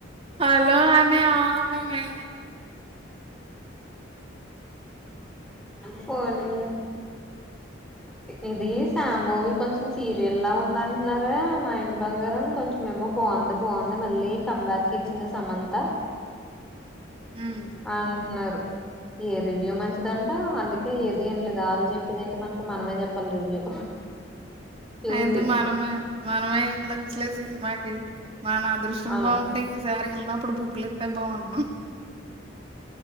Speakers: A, on the right; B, in the centre.
A: హలో అనే అపామె
B: పోనీలె ఇది సామ్ మువీ కొంచెం సీరియల్లా ఉందంటున్నర మా ఇంటి బంగారం కొంచెం మేము బాగుంది బాగుంది మళ్ళీ కంబ్యాక్ ఇచ్చింది సమంత
A: మ్
B: అంటున్నారు ఈ రివ్యూ మంచ్ చిదంట అందుకే ఏది ఇన్ లేదు ఆళ్ళు చెప్పిది ఏంటి మనకి మనమే చెప్పాలి రివ్యూ చూసి
A: అయితే మనమే మనమే ఏళ్ళోచ్చు లే సినిమాకి మన అదృష్టం
B: అవును
A: బాగుంటే ఇంగ బెర్గేళ్ళినప్పుడు బుక్కులు ఇస్తే బాగుండును